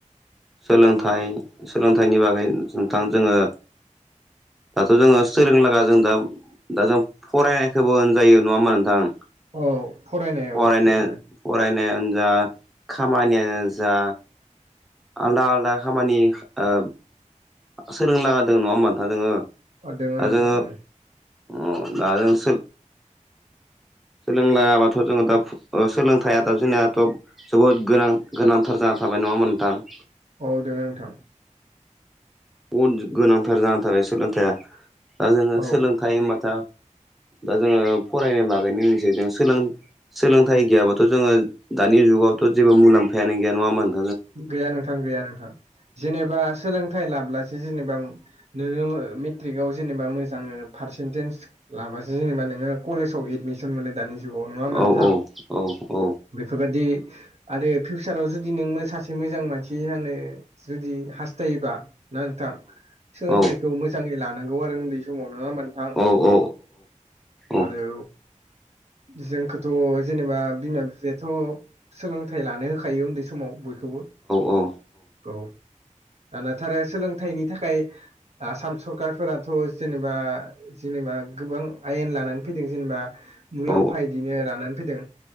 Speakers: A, in the centre; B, on the right (about 55°).
A: सोलोंथाइ सोलोंथाइनि बागै नोंथां जोङो दाथ' जोङो सोंलोंनो लागा जों दा दा जों फरायाखैबो होनजायो नङा होमा नोंथां।
B: औ फरायनायाव
A: फरायनो
B: बेफोरो
A: फरायनायानो जा खामानियानो जा। आलदा आलदा खामानि ओ सोलोंनो लागा दोङो नङा होमबा नोंथां जोङो।
B: दोङो
A: दा
B: नोंथां
A: जोङो
B: दोङो
A: अ दा जों सोर सोलोंनोलागाबाथ' जोङो दा सोलोंथाइ दा जोंनियाथ' जोबोद गोनां गोनांथार जाना थाबाय नङा ओमबा नोंथां?
B: औ दोङो नोंथां।
A: बुहुद गोनांथार जानानै थार सोलोंथाइया दा जोङो
B: औ
A: सोलोंथाइ होनबाथा दा जोङो फरायनो बागैनो मोनसे जों सोलों सोलोंथाइ गैयाबाथ' जोङो दानि जुगावथ' जेबो मुलाम्फायानो गैया नङा होनबा
B: गैया नोंथां गैया नोंथां जेनेबा सोलोंथाइ लाब्लासो जेनेबा नोङो मेट्रिकआव जेनेबा मोजाङो पारसेन्टेज लाबासो जेनेबा नोङो कलेजाव एदमिसन मोनो दानि जुगाव नङा होमबा
A: औ
B: नोंथां।
A: औ औ औ
B: बेफोरबादि आरो फिउचाराव जुदि नोंङो सासे एसे मोजां मानसि जानो जुदि हास्थायोबा ना नोंथां? सोलोंथाइखौ
A: औ
B: मोजाङै लानांगौ आरो उन्दै समाव नोङा ओमबा नों नोंथां
A: औ औ औ
B: आरो जोंखोथ' जेनेबा बिमा बिफायाथ' सोलोंथाइ लानो होखायो उन्दै समाव बयखौबो
A: औ
B: औ। दानाथा आरो सोलोंथाइनि थाखाय आसाम सरखारफोराथ' जेनेबा जेनेबा गोबां आयेन लानानै फैदों। जेनेबा मुलाम्फा
A: औ
B: इदिनो राननानै फैदों।